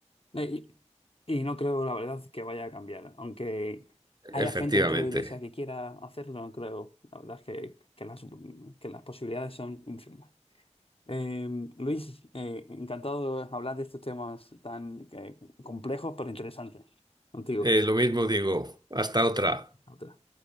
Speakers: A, on the left; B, on the right.
A: Y, y no creo, la verdad, que vaya a cambiar. Aunque haya
B: Efectivamente.
A: gente dentro de la iglesia que quiera hacerlo, no creo. La verdad es que, que las, que las posibilidades son infinitas. Eh, Luis, eh, encantado de hablar de estos temas tan eh, complejos pero interesantes contigo.
B: Eh, lo mismo digo. Hasta otra.
A: a otra.